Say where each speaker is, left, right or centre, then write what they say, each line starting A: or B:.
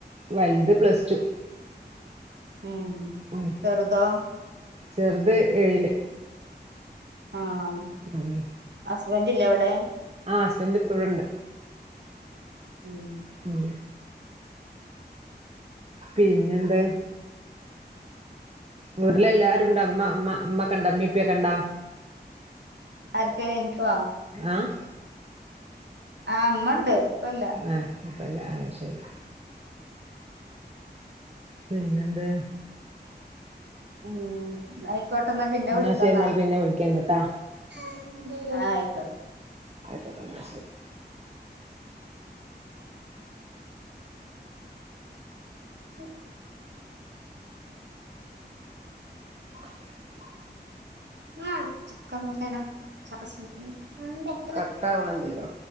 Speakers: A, on the right (about 35°); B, on the right (about 75°).
A: വൽത് പ്ലസ് റ്റു.
B: ഉം
A: ഉം.
B: ചെറുതോ
A: ചെറുത് ഏഴില്.
B: ആഹ്.
A: ഉം
B: ഹസ്ബൻഡില്ലേ അവ്ടെ?
A: ആഹ് ഹസ്ബൻറ് ഇപ്പവിടണ്ട്.
B: ഉം.
A: ഉം. പിന്നെന്താ? വീട്ടിലെല്ലാരുംണ്ടോ? ഇമ്മ ഇമ്മ ഇമ്മക്കൊണ്ടോ, ഇമ്മിം ഇപ്പ്യൊക്കെണ്ടോ?
B: ആർക്ക് ഇൻക്കോ?
A: ആഹ്.
B: ആഹ് ഇമ്മണ്ട് ഇപ്പല്ല.
A: ഏഹ്. ഇപ്പല്ലാ അഹ്ശരി. പിന്നെന്ത്,
B: ഉം ന്നാ ആയിക്കോട്ടെന്നാ പിന്നെ
A: എന്നാ
B: വിളിക്കന്നാ.
A: ശരി എന്നാൽ പിന്നെ വിളിക്കണ്ടിട്ടാ
B: ആഹ് ആയിക്കോട്ടെ.
A: ആയിക്കോട്ടെന്നാ ശരി.
B: <inaudible>
A: <inaudible>
B: <inaudible>
A: കട്ടാവണില്ലല്ലോ